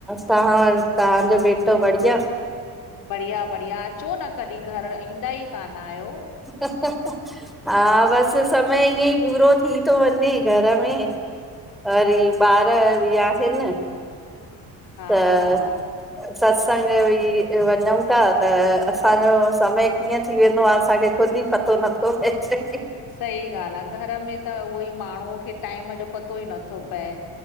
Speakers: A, in the centre; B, on the left.
A: तव्हां, तव्हांजो बेटो बढ़िया?
B: बढ़िया, बढ़िया, अचो न कॾहिं घर, ईंदा ई कान आहियो।
A: हह, हह। हा, बसि समय ईअं ई पूरो थी थो वञे, घर में। वरी ॿार बि आहिनि?
B: हा
A: त।
B: हा
A: सत्संग बि वञू था त, असांजो समय। कीअं थी वेंदो आ। असांखे ख़ुदि ई पतो नथो पईजे।
B: सही ॻाल्हि आ। घर में त उहोई माण्हूअ खे टाइम जो पतो ई नथो पए।